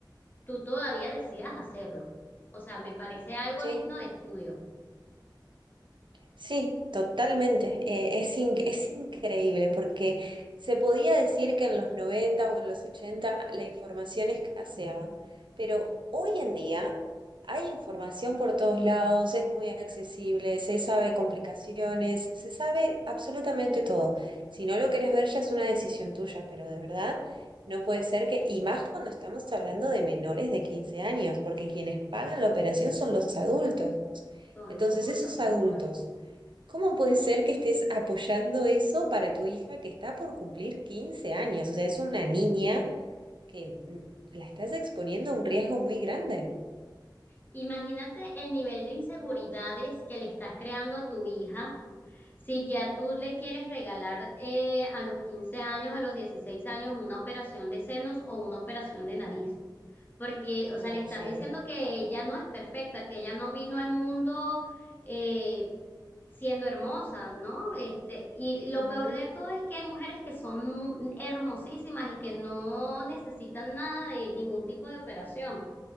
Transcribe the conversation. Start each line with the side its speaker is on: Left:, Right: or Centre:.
Left: tú todavía decidas hacerlo. O sea, me parece algo
Right: Sí,
Left: digno de estudio.
Right: sí, totalmente. Eh, es, in- es increíble porque se podía decir que en los 90 o en los 80 la información escaseaba, pero hoy en día hay información por todos lados, es muy accesible, se sabe complicaciones, se sabe absolutamente todo. Si no lo querés ver ya es una decisión tuya, pero de verdad no puede ser que, y más cuando estamos hablando de menores de 15 años, porque quienes pagan la operación son los adultos.
Left: Son
Right: Entonces,
Left: los adultos,
Right: esos
Left: tal
Right: adultos,
Left: cual.
Right: ¿cómo puede ser que estés apoyando eso para tu hija que está por cumplir 15 años? O sea, es una niña que mm, la estás exponiendo a un riesgo muy grande.
Left: Imagínate el nivel de inseguridades que le estás creando a tu hija Si ya tú le quieres regalar eh, a los 15 años, a los 16 años, una operación de senos o una operación de nariz, porque, o
Right: No,
Left: sea, le estás
Right: sí,
Left: diciendo
Right: de
Left: que ella no es perfecta, que ella no vino al mundo eh, siendo hermosa, ¿no? Este, y
Right: verdad.
Left: lo peor de todo es que hay mujeres que son mu- hermosísimas y que no necesitan nada de ningún tipo de operación.